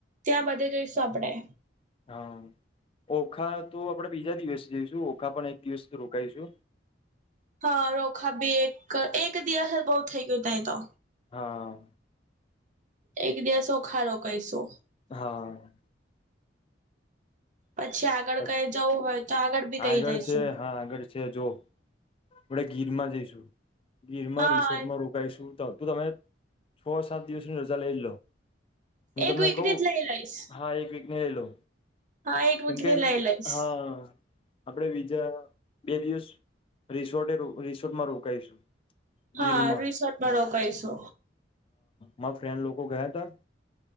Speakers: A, on the right; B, on the left.
A: ત્યા, બધે જોઈશું આપણે
B: હા ઓખા, તો આપણેે બીજા દિવસે જઈશું ઓખા પણ એક દિવસ રોકાાયશું?
A: હા, રોખા બી એક એક દિવસ બઉ થઈ ગયુ ત તો.
B: હા.
A: એક દિવસ, ઓખા રોકાઈ શું?
B: હા
A: પછી આગળ કઈ
B: છ
A: જવું હોય તો બી કઈ
B: આગળ
A: જઈશું
B: છે, હા આગળ છે, જો આપડ ગીરમા જઈશુ, ગીરમા
A: હા
B: રિસોર્ટમાં રોકાઈશુ ત તુ તમે છ, સાત દિવસની રજા લઈ લ લો હુ, તમને
A: એક વીકની
B: કઉુ,
A: જ લઈ લઈશ
B: હા એક વીક ની લઈલો?
A: હા એક વીકની
B: એમ કે
A: લઈ લઈશ
B: હા આપણેે બીજા, બે દિવસ રિસોર્ટે રિસોર્ટમાં રોકાઈશું?
A: હા,
B: ગીરમાં
A: રિસોર્ટમાં રોકાઈશુ
B: મા ફ્રેન્ડ લોકો, ગયા હતા